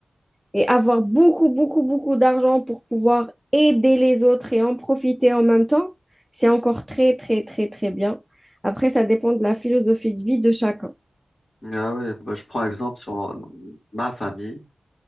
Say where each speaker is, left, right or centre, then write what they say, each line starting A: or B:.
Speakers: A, in the centre; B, on the left.
A: Et avoir beaucoup, beaucoup, beaucoup d'argent pour pouvoir aider les autres et en profiter en même temps, c'est encore très, très, très, très bien. Après, ça dépend de la philosophie de vie de chacun.
B: Ah ouais, bah, je prends exemple sur euh, ma famille.